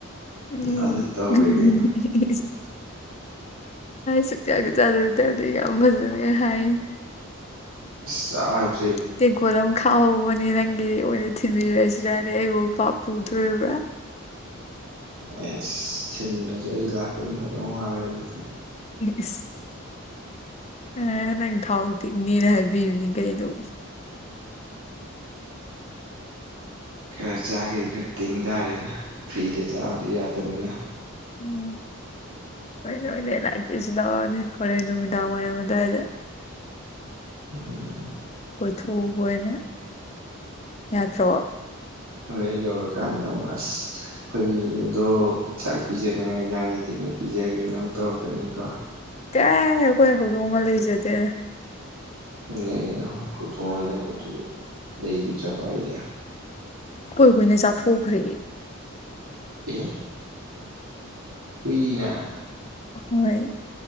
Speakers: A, on the left; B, on the right.
A: ꯎꯝ
B: ꯑꯗꯨ ꯇꯧꯔꯦ
A: ꯎꯝ
B: ꯀꯩꯅꯣ
A: <unintelligible> ꯁꯨꯛꯆꯠꯁꯨ ꯆꯥꯠꯂꯨꯗꯞꯗ ꯌꯥꯝ ꯐꯖꯅꯒ ꯍꯥꯏ
B: ꯑꯁ ꯆꯥ
A: ꯇ‌ꯦꯡꯀ‌ꯣꯠ ꯑꯃ ꯈꯥꯛꯍꯧꯕꯅꯤ ꯅꯪꯒꯤ ꯑꯣꯏꯅ ꯊꯤꯟꯕꯤꯔꯛꯑꯁꯤꯔꯅꯦ ꯑꯩꯕꯨ ꯄꯥꯞ ꯄꯨꯗꯣꯔꯤꯕ꯭ꯔꯥ
B: ꯑꯩꯁ ꯊꯤꯟꯗꯔꯁꯨ ꯑꯩ ꯂꯥꯛꯄꯅ ꯐꯗꯧ ꯃꯥꯜꯂ‌‌ꯦ ꯑꯗꯨꯗꯤ
A: ꯏꯁ ꯑꯦ ꯅꯪ ꯊꯥꯎ ꯇꯤꯡꯅꯤꯅ ꯍꯥꯏ ꯕꯤꯕꯅꯤ ꯀꯩꯅ‌ꯣ
B: ꯈꯔ ꯆꯥꯒ‌ꯦꯗꯤ ꯈꯔ ꯇꯤꯡ ꯇꯥꯔꯦꯅ ꯐ꯭ꯔꯤꯗ ꯆꯥꯕꯗꯤ ꯌꯥꯗꯕꯅꯤꯅ
A: ꯎꯝ ꯍ‌ꯣꯔ‌ꯦꯟ ꯑꯣꯏꯅ ꯂꯥꯛꯀ‌ꯦꯁꯨ ꯂꯥꯛꯑꯣꯅ‌ꯦ ꯍꯣꯔꯦꯟ ꯅꯨꯃꯤꯗꯥꯡ ꯋꯥꯏꯔꯝ ꯑꯗꯥꯏꯗ
B: ꯎꯝ
A: ꯀꯣꯏꯊꯣꯛꯎꯕ ꯑꯣꯏꯅ ꯌꯥꯠꯇ꯭ꯔꯣ
B: ꯍꯧꯔ‌ꯦꯟ ꯌꯧꯔꯀꯥꯟꯗ ꯑꯃꯨꯛ ꯑꯁ ꯑꯩꯈꯣꯏ ꯃꯦꯅꯨꯗꯣ ꯆꯥꯛ ꯄꯤꯖꯅꯤꯉꯥꯏ ꯏꯟꯖꯥꯡ ꯂꯩꯇꯦꯅ ꯄꯤꯖꯒ꯭ꯔꯦꯅ ꯑꯃꯨꯛ ꯇꯧꯔꯛꯀꯅꯤ ꯀꯣ
A: ꯀꯥꯏ ꯑꯩꯈꯣꯏ ꯍꯧꯗꯣꯡꯒ ꯂꯩꯖꯗꯦ
B: ꯍꯟꯅ ꯍꯧꯗꯣꯡ ꯑꯝ ꯂꯩꯍꯧꯕꯗꯨꯖꯨ ꯂꯩꯈꯤꯗ꯭ꯔꯕ‌ꯣ ꯍꯥꯏꯖ‌ꯦ
A: ꯑꯈ‌ꯣꯏ ꯍꯨꯏꯅ ꯆꯥꯊꯣꯛꯈ꯭ꯔꯦ
B: ꯑꯦ ꯍꯨꯏꯅ
A: ꯍꯣꯏ